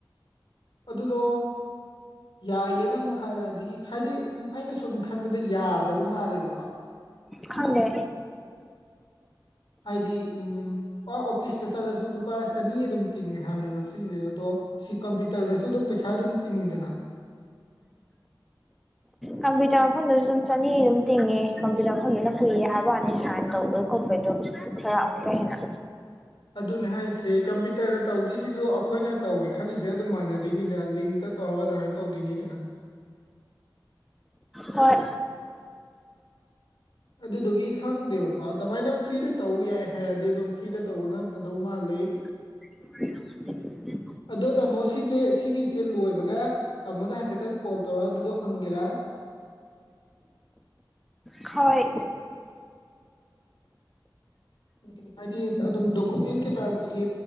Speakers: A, on the left; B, in the centre.
A: ꯑꯗꯨꯗꯣ ꯌꯥꯏꯌꯦꯅ ꯑꯃꯨꯛ ꯍꯥꯏꯔꯛꯑꯗꯤ ꯍꯥꯏꯗꯤ ꯑꯩꯅ ꯁꯨꯝ ꯈꯟꯕꯗ ꯌꯥꯗꯕ ꯃꯥꯜꯂꯦꯕꯀꯣ
B: ꯈꯪꯗꯦ
A: ꯍꯥꯏꯗꯤ ꯎꯝ ꯑꯣꯄꯤꯁꯇ ꯆꯠꯂꯁꯨ ꯂꯨꯄꯥ ꯆꯅꯤ ꯑꯗꯨꯝ ꯇꯤꯡꯉꯦ ꯍꯥꯏꯕꯅꯦꯕ ꯁꯤꯁꯦ ꯑꯗꯣ ꯁꯤ ꯀꯝꯄ꯭ꯌꯨꯇꯔꯗꯁꯨ ꯑꯗꯨꯝ ꯄꯩꯁꯥ ꯑꯗꯨꯝ ꯇꯤꯡꯉꯤꯗꯅ
B: ꯀꯝꯄ꯭ꯌꯨꯇꯔ ꯃꯐꯝꯗꯨꯖꯨ ꯑꯗꯨꯝ ꯆꯅꯤ ꯑꯗꯨꯝ ꯇꯤꯡꯉꯦ ꯀꯝꯄ꯭ꯌꯨꯇꯔ ꯃꯐꯝꯗꯅ ꯀꯨꯏ ꯍꯥꯏꯕ ꯋꯥꯅꯤ ꯁꯥꯏꯟ ꯇꯧꯕ ꯈꯣꯠꯄꯩꯗꯣ ꯈꯔ ꯑꯃꯨꯛꯀ ꯍꯦꯟꯅ
A: ꯑꯗꯨꯅꯦ ꯍꯥꯏꯁꯦ ꯀꯝꯄ꯭ꯌꯨꯇꯔꯅ ꯇꯧꯗꯣꯏꯁꯤꯁꯨ ꯑꯩꯈꯣꯏꯅ ꯇꯧꯒꯦ ꯈꯜꯂꯤꯁꯦ ꯑꯗꯨꯝ ꯃꯥꯟꯅꯗꯨꯏꯅꯤꯗꯅ ꯂꯤꯡꯇ ꯇꯧꯔꯒ ꯑꯗꯨꯃꯥꯏ ꯇꯧꯗꯣꯏꯅꯤꯗꯅ
B: ꯍꯣꯏ
A: ꯑꯗꯨꯗꯨꯒꯤ ꯈꯪꯗꯦꯕꯀꯣ ꯑꯗꯨꯃꯥꯏꯅ ꯐ꯭ꯔꯤꯗ ꯇꯧ ꯌꯥꯏ ꯍꯥꯏꯔꯗꯤ ꯑꯗꯨꯝ ꯐ꯭ꯔꯤꯗ ꯇꯧꯕꯅ ꯐꯗꯧ ꯃꯥꯟꯂꯤ
B: <inaudible>
A: ꯑꯗꯣ ꯇꯥꯃꯣ ꯁꯤꯁꯦ ꯁꯤꯒꯤꯁꯦ ꯂꯣꯏꯕꯒ ꯇꯥꯃꯣꯗ ꯍꯥꯏꯐꯦꯠꯇꯪ ꯀꯣꯜ ꯇꯧꯔ ꯑꯗꯨꯗꯣ ꯍꯪꯒꯦꯔ
B: ꯍꯣꯏ
A: ꯎꯝ ꯍꯥꯏꯗꯤ ꯑꯗꯨꯝ ꯗꯣꯀꯨꯃꯦꯟ ꯀꯩꯀꯕꯨꯗꯤ